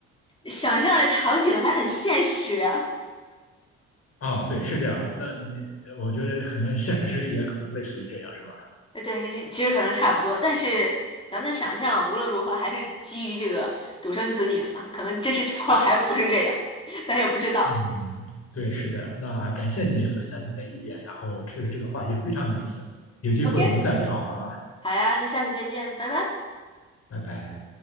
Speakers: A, on the left; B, on the left.
A: 想象的场景还很现实啊。
B: 啊，对，是这样的，那你我觉得可能现实也可能类似于这样。是吧？
A: 呃对，其实可能差不多，但是咱们的想象无论如何还是基于这个独生子女的嘛，可能真实情况还不是这样，咱也不知道。
B: 嗯，对，是的。那感谢你分享你的意见，然后确实这个话题非常有意思，有机会我们再聊，
A: OK，
B: 好吗？
A: 好呀，那下次再见，拜拜。
B: 拜拜。